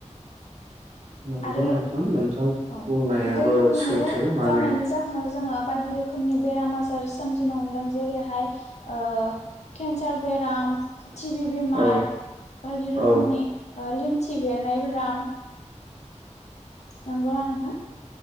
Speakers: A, on the right (about 65°); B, on the left (about 60°).
A: नंगौ
B: आरो
A: नोंथां नोंथां
B: औ
A: बुंनायाबो
B: दै गुबुंले
A: सैथो माने
B: जानायनि जाहोनाव जोङो बायदि रोखोमनि बेराम आजार सोमजिनो हमदों जेरैहाय ओ केन्सार बेराम टिभि बेमार
A: औ
B: बायदि रोखोमनि
A: औ
B: लिनथि बेरनाय बेराम नंगौना नोंथां